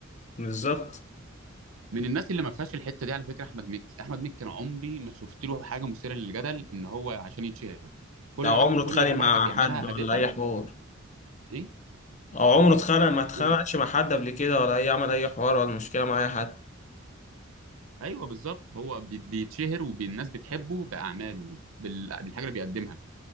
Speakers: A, on the left; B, on the right.
A: بالظبط
B: من الناس اللي ما فيهاش الحته دي على فكره احمد مكي احمد مكي انا عمري ما شفت له حاجه مثيره للجدل ان هو عشان يتشهر كل
A: او عمره اتخانق
B: كل حاجه
A: مع
B: بيعملها
A: حد ولا
B: هادفه
A: اي حوار
B: ايه
A: او عمره اتخانق ما اتخانقش
B: تقول ايه
A: مع حد قبل كده ولا اي عمل اي حوار ولا مشكلة مع اي حد
B: ايوه بالظبط هو بي- بيتشهر والناس بتحبه باعماله بال- بالحاجه اللي بيقدمها